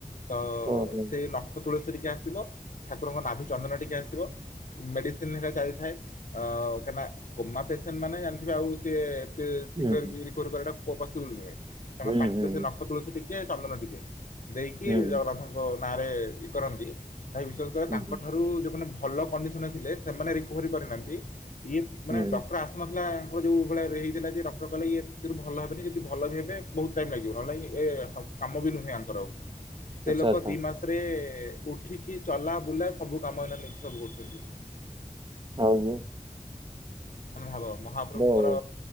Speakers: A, on the left; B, on the right.
A: ଯାଇଛି।
B: ଓହୋ
A: ନଖ ତୁଳସୀ ଟିକେ ଆସିବ ଠାକୁରଙ୍କ ନାଭି ଚନ୍ଦନ ଟିକେ ଆସିବ। ମେଡିସିନ ହେକା ଚାଲିଥାଏ ଅ। କାହିଁ ନା କୋମା ପେସେଣ୍ଟ ମାନେ ଜାଣିଥିବେ ଆଉ ସ ଏତ ଶୀଘ୍ର
B: ହୁଁ
A: ବି। ରିକୋଭରି କରିବା ପସିବୁଲ ନୁହେଁ ତାଙ୍କ
B: ହୁଁ
A: ପାଟିରେ
B: ହୁଁ ହୁଁ
A: ସେ ନଖ ତୁଳସୀ ଟିକେ ଚନ୍ଦନ ଟିକେ। ଦେଇକି
B: ହୁଁ ହୁଁ
A: ଜଗନ୍ନାଥଙ୍କ ନାଁ ରେ ଇଏ କରନ୍ତି ଭାଇ ବିଶ୍ଵାସ କରିବନି
B: ହୁଁ
A: ତାଙ୍କଠାରୁ
B: ହୁଁ
A: ଯୋଉମାନେ ଭଲ। କଣ୍ଡିସନ ରେ ଥିଲେ ସେମାନେ ରିକୋଭରୀ କରି ନାହାନ୍ତି ଇଏ ମାନେ
B: ହୁଁ ହୁଁ,
A: ଡକ୍ଟର ଆସି ନଥିଲା ତାଙ୍କର ଯୋଉ ଭଳିଆ ହେଇଥିଲା ଯେ ଡକ୍ଟର କହିଲେ ଇଏ ଭଲ ହେବେନି ଯଦି ଭଲ ବି ହେବେ ବହୁତ ଟାଇମ୍ ଲାଗିବ ନହେଲେ ଇଏ ଏ। ଆଉ କାମ ବି ନୁହେଁ ଆଙ୍କର ଆଉ। ସେ
B: ଆଚ୍ଛା
A: ଲୋକ
B: ଆଚ୍ଛା
A: ଦି ମାସରେ ଉଠିକି ଚଲା ବୁଲା ସବୁ କାମ ଏଇନା ନିଜେ ସବୁ କରଛନ୍ତି।
B: ହଁ ବା।
A: ମାନେ ଭାବ ମହାପ୍ରଭୁଙ୍କର।
B: ଆଉ